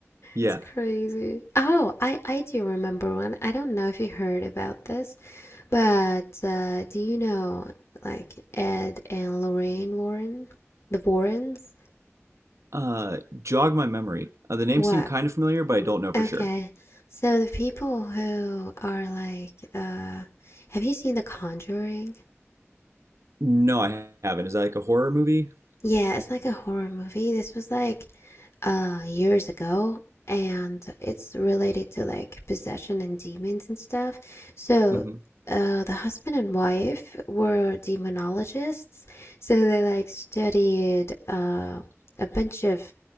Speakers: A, on the right; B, on the left.
A: Yeah.
B: It's crazy. Oh, I, I do remember one. I don't know if you heard about this, but uh, do you know like Ed and Lorraine Warren? The Warrens?
A: Uh, jog my memory. Uh, the name
B: What?
A: seemed kind of familiar, but I don't know for
B: Okay.
A: sure.
B: So the people who are like, uh, have you seen The Conjuring?
A: No, I haven't. Is that like a horror movie?
B: Yeah, it's like a horror movie. This was like uh years ago and it's related to like possession and demons and stuff. So,
A: Mm-hmm.
B: uh the husband and wife were demonologists, so they like studied uh a bunch of